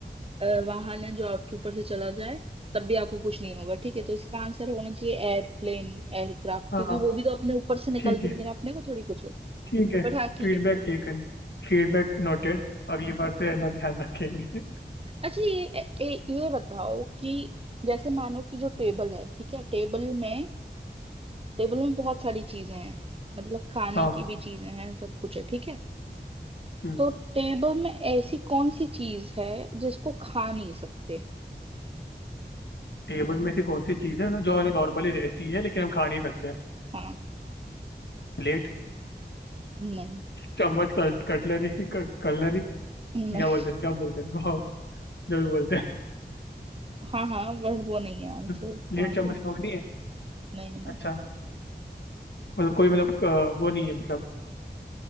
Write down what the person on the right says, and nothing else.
अ, वाहन है जो आपके ऊपर से चला जाए तब भी आपको कुछ नहीं होगा ठीक है तो इसका आंसर होना चाहिए एयरप्लेन एयरक्राफ्ट
क्योंकि वो भी तो अपने ऊपर से निकलती
है लेकिन अपने को थोड़ी कुछ होता
बट हाँ ठीक
है ठीक है
अच्छा ये ए, ए, ये बताओ कि जैसे मानो कि जो टेबल है ठीक है टेबल में टेबल में बहुत सारी चीजें हैं मतलब खाने
की भी चीजें हैं सब कुछ है ठीक है
तो टेबल में ऐसी कौन सी चीज है जिसको खा नहीं सकते
हाँ
नहीं
नहीं
हाँ हाँ बट वो नहीं है आंसर
इसका
आंसर
नहीं नहीं